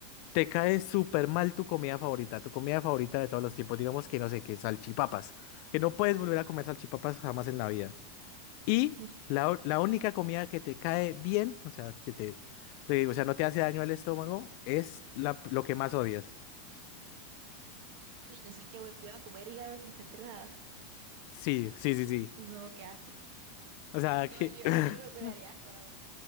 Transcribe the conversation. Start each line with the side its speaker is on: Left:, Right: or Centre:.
Left: te cae súper mal tu comida favorita, tu comida favorita de todos los tiempos, digamos que no sé, que salchipapas, que no puedes volver a comer salchipapas jamás en la vida. Y
Right: No,
Left: la, o- la única comida que te cae bien, o sea, que te, te- o sea, no te hace daño al estómago, es la, lo que más odias.
Right: uy, yo sé que voy, voy a comer hígado sin sentir nada.
Left: Sí, sí, sí, sí.
Right: No, qué asco.
Left: O sea,
Right: No,
Left: que,
Right: yo,
Left: <clears throat>
Right: a mí me me
Left: <laughs>
Right: daría asco, la verdad.